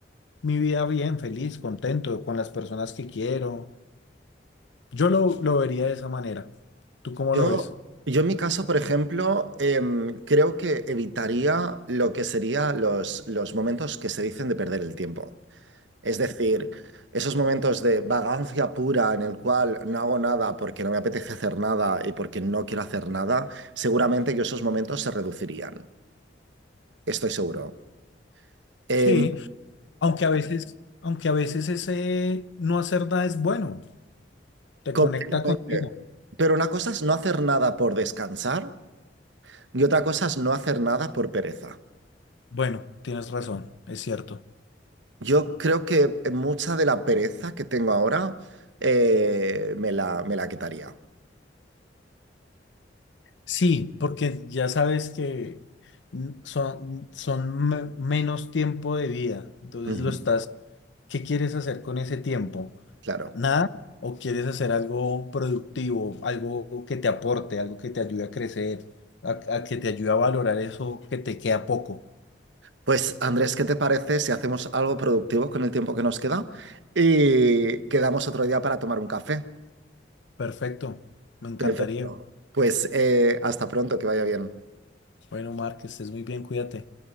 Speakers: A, on the left (about 80°); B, on the right (about 85°).
A: mi vida bien, feliz, contento, con las personas que quiero. Yo lo, lo vería de esa manera. ¿Tú cómo
B: Yo,
A: lo ves?
B: yo en mi caso, por ejemplo, em, creo que evitaría lo que serían los, los momentos que se dicen de perder el tiempo. Es decir, esos momentos de vagancia pura en el cual no hago nada porque no me apetece hacer nada y porque no quiero hacer nada, seguramente que esos momentos se reducirían. Estoy seguro. Eh,
A: Sí, aunque a veces, aunque a veces ese no hacer nada es bueno, te
B: completamente.
A: conecta contigo.
B: Pero una cosa es no hacer nada por descansar y otra cosa es no hacer nada por pereza.
A: Bueno, tienes razón, es cierto.
B: Yo creo que mucha de la pereza que tengo ahora eh, me la, me la quitaría.
A: Sí, porque ya sabes que n- son, son me- menos tiempo de vida. Entonces
B: Ujú,
A: lo estás, ¿qué quieres hacer con ese tiempo?
B: Claro.
A: ¿Nada? ¿O quieres hacer algo productivo, algo que te aporte, algo que te ayude a crecer, a, a que te ayude a valorar eso que te queda poco?
B: Pues Andrés, ¿qué te parece si hacemos algo productivo con el tiempo que nos queda y quedamos otro día para tomar un café?
A: Perfecto, me encantaría.
B: Perfecto. Pues eh, hasta pronto, que vaya bien.
A: Bueno, Mark, que estés muy bien, cuídate.